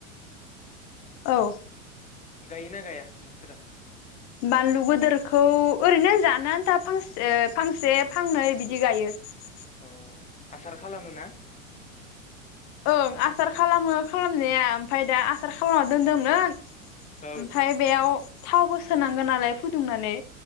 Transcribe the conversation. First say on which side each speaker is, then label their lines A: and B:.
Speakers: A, on the left; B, on the left.
A: औ
B: गायोना गाया नोंसोरा?
A: बानलु गोदोरखौ ओरैनो जानो आन्था फांसे ओ फांसे फांनै बिदि गायो ।
B: अ आसार खालामोना?
A: ओं आसार खालामो खालामनाया ओमफाय दा आसार खालामना दोनदोंमोन
B: औ
A: ओमफाय बेयाव थावबो सोनांगो नालाय फुदुंनानै